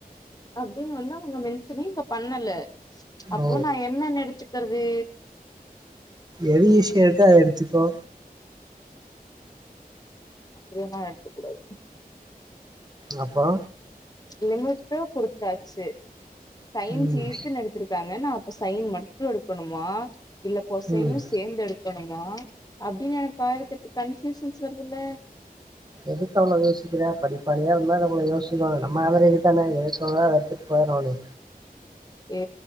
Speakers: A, on the left (about 25°); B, on the right (about 25°).
A: அப்டின்னு வந்தா அங்க மென்சனே இங்க பண்ணல அப்போ
B: ஓ.
A: நா என்னனெனு எடுத்துக்கறது
B: எது ஈசியா இருக்கோ அது எடுத்துக்கோ
A: அப்டியன்னா எடுத்துக் கூடாது
B: அப்றோ
A: லிமிட்டா கொடுத்தாச்சு சைன்ஸ்
B: ம்.
A: ஈஸ்ன்னு எடுத்திருக்காங்க நா அப்ப சைன் மட்டு எடுக்கணுமா இல்ல கொசைன்னு
B: ம்.
A: சேந்து எடுக்கணுமா அப்டின்னு எனக்கு பாக்ரக்கு கன்ப்யூசன்ஸ் வருதில்ல
B: எதுக்கு அவ்ள யோசிக்ற படிப்பாளியா இருந்தா நம்ம யோசிக்கோனு நம்ம ஏவரேஜ்தானே <unintelligible> எத்துட்டு போய்றோனு
A: ஏ